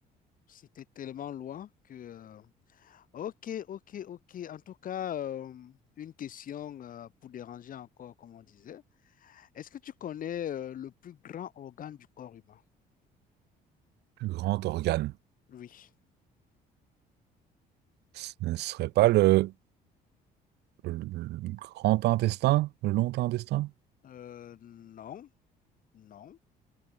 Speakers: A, on the left; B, on the right.
A: c'était tellement loin que... euh, Ok, ok, ok. En tout cas, euh, une question euh, pour déranger encore, comme on disait. Est-ce que tu connais euh, le plus grand organe du corps humain?
B: plus grand organe.
A: Oui.
B: Ce ne serait pas le, le grand intestin, le long intestin?
A: Euh, non, non.